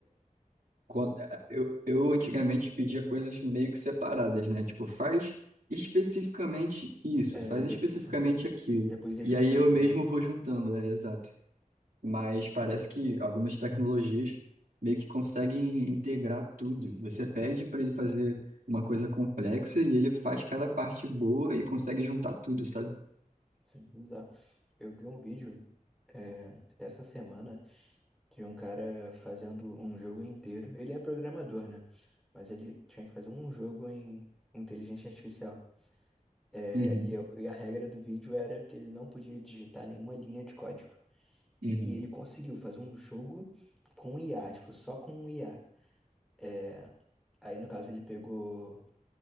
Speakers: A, on the right (about 80°); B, in the centre.
A: quan- eh, eu, eu antigamente pedia coisas meio que separadas, né? Tipo, faz especificamente isso,
B: É,
A: faz
B: e, de-
A: especificamente aquilo.
B: e depois ia
A: E
B: juntando,
A: aí eu mesmo
B: né?
A: vou juntando, é exato mas parece que algumas tecnologias meio que conseguem integrar tudo. Você pede para ele fazer uma coisa complexa e ele faz cada parte boa e consegue juntar tudo, sabe?
B: Sim, bizarro. Eu vi um vídeo, é, até essa semana. de um cara fazendo um jogo inteiro. Ele é programador, né? Mas ele tinha que fazer um jogo em inteligência artificial. É,
A: Uhum,
B: e, eu- e a regra do vídeo era que ele não podia digitar nenhuma linha de código.
A: uhum.
B: E ele conseguiu fazer um jogo com IA, tipo, só com IA. É, aí, no caso, ele pegou